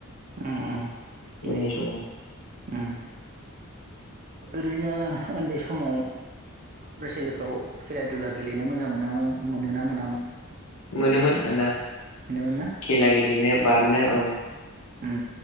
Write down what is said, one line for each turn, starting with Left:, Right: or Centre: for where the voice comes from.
Right: उम-उम
Left: उननि
Right: दे
Left: समाव
Right: उम ओरैनो ओन्दै समाव फरायसालिफ्राव खेला दुला गेलेनो मोजां मोनामोन मोनोना मोनामोन
Left: मोनोमोन आदा
Right: मोनोमोन ना
Left: खेला गेलेनो बारनो औ
Right: उम